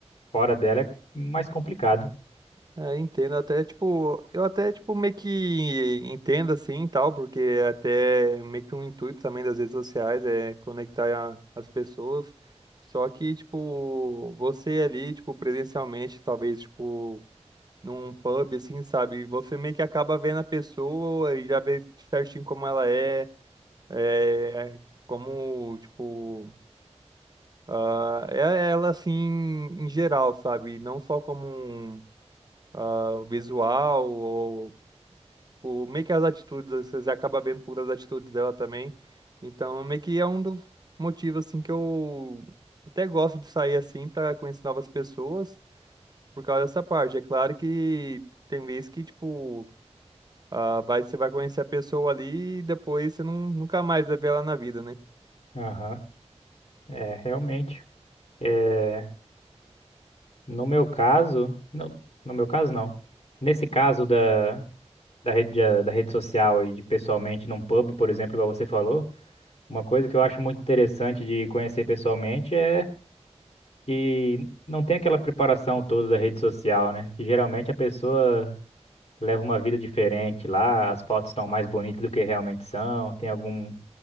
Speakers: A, on the left; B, on the right.
A: fora dela é mais complicado.
B: É, entendo até, tipo, eu até, tipo, meio que entendo assim e tal, porque é até meio que um intuito também das redes sociais é conectar a- as pessoas. Só que, tipo, você ali, tipo, presencialmente, talvez, tipo, num pub, assim, sabe? Você meio que acaba vendo a pessoa e já vê certinho como ela é, é, como, tipo, ah, é ela assim em geral, sabe? Não só como um. ah, o visual, ou por, meio que as atitudes, você acaba vendo por das atitudes dela também. Então, meio que é um dos motivos, assim, que eu até gosto de sair, assim, para conhecer novas pessoas, por causa dessa parte. É claro que tem vezes que, tipo, ah, vai, você vai conhecer a pessoa ali e depois você não, nunca mais vai ver ela na vida, né?
A: Aham. É, realmente. É, no meu caso, não, no meu caso não. Nesse caso da, da rede, da, da rede social e de pessoalmente num pub, por exemplo, igual você falou, uma coisa que eu acho muito interessante de conhecer pessoalmente é que não tem aquela preparação toda da rede social, né? Que geralmente a pessoa leva uma vida diferente lá, as fotos estão mais bonitas do que realmente são, tem algum